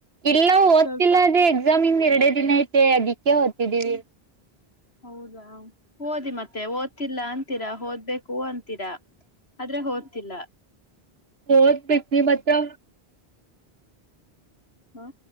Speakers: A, on the right (about 75°); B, on the left (about 85°).
A: ಇಲ್ಲ ಓದ್ತಿಿಲ್ಲ
B: ಸ್ವಲ್ಪ
A: ಅದೇ ಎಕ್ಸಾಮ ಇನ್ ಎರಡೇ ದಿನ ಐತೆ ಅದಕ್ಕೆ ಹೊತಿದ್ದೀವಿ
B: ಹೌದಾ ಓದಿ ಮತ್ತೆ ಓದ್ತಿಲ್ಲ ಅಂತ ೀರಾ ಹೋಗ್ಬೇಕು ಅಂತ ರಾ ಆದ್ರೆ ಹೋದ್ತಿಲ್ಲ
A: ಒತ್ಬೆಗ್ ಇವಗ್ತಾ
B: ಹ